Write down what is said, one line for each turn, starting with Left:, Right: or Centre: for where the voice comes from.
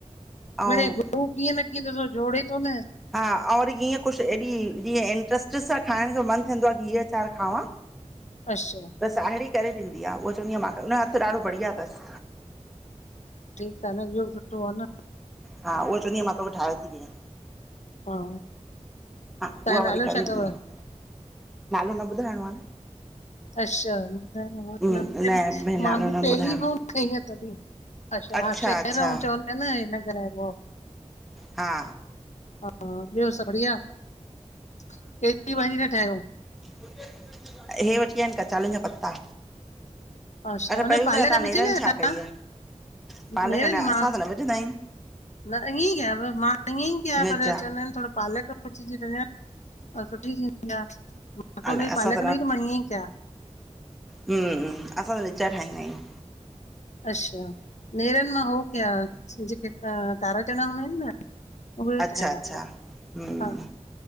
Centre: अऊं
Left: मिड़े गुरू कीअं न कीअं ॾिसो जोड़े थो न।
Centre: हा, और ईंअं कुछ एॾी जीएं इंट्रस्ट सां खाइण ज़ो मन थींदो आ, हीअ अचार खावां।
Left: अछा
Centre: त साहिड़ी करे ॾीदी आ, उह चवंदी आ मां करे, हुन जो हथ ॾाढो बढ़िया तस।
Left: ठीक आ न, इहो बि सुठो आ न।
Centre: हा, उह चवंदीआ मां तोखे ठाए थी ॾियइं।
Left: हा
Centre: हा,
Left: तव्हां
Centre: उहा
Left: नालो
Centre: वरी करे
Left: छा अथव?
Centre: ॾींदी आ, नालो न ॿुधाइणो आ न।
Left: अछा, ॿुधायो
Centre: न
Left: मूंखे,
Centre: भेण नालो
Left: मां बि
Centre: न
Left: पहली
Centre: ॿुधायो
Left: बार खईं आ तॾी। अछा,
Centre: अच्छा
Left: हा शहर
Centre: अच्छा
Left: औं चवन प्या न हे न ॻाल्हायबो।
Centre: हा
Left: हा ॿियो सब बढ़िया, कहिड़ी भाॼी ता ठाहियो?
Centre: इहे वठी आहियां आहिन कचालुनि जा पत्ता।
Left: अच्छा
Centre: पहिरीं
Left: हुन
Centre: ॿुधायो
Left: प्ाले
Centre: तव्हां
Left: खां पिच
Centre: नेरनि
Left: न आ
Centre: छा
Left: त
Centre: कई आहे पालक
Left: नर
Centre: न
Left: मां
Centre: असां
Left: <unintelligible>
Centre: त न विझंदा आहियूं
Left: न ईअं ई कयव मां ईअं ई कया
Centre: निजा
Left: पर चवंदा आहिनि थोड़ो पालक सुठी थींदी आ, मूंखे
Centre: अलाए
Left: हुनजी
Centre: असां
Left: पालक में ई त मां ईअं ई कया <unintelligible>
Centre: हां हां असां त निजा ठाहींदा आहियूं।
Left: अच्छा नेरनि मां हो कया जेके कारा चणा हूंदा आहिनि न। उहे
Centre: अच्छा
Left: ठाहिया
Centre: अच्छा
Left: हुया।
Centre: हम्म